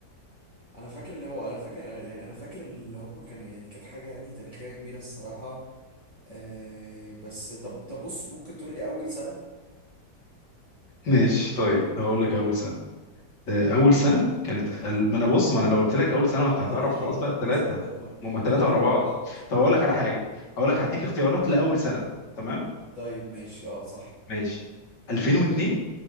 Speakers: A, on the left; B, on the left.
A: أنا فاكر اللي هو أنا فاكر يعني أنا فاكر اللي هم كانوا يعني كانت حاجة يعني تاريخية كبيرة الصراحة آه بس طب طب بص ممكن تقول لي اول سنه
B: ماشي طيب هقول لك أول سنة آه، أول سنة كانت ال- ما أنا بص ما أنا لو قلت لك أول سنة ما
A: اه
B: أنت هتعرف خلاص بقى
A: ده هم
B: الثلاثة
A: صح ده هم ده
B: هما
A: هم
B: ثلاثة
A: ثلاثه
B: ورا
A: ورا
B: بعض
A: بعض
B: طب أقول
A: أيوة.
B: لك على حاجة هقول
A: طيب
B: لك هديك اختيارات لأول سنة تمام
A: طيب، ماشي اه صح
B: ماشي 2002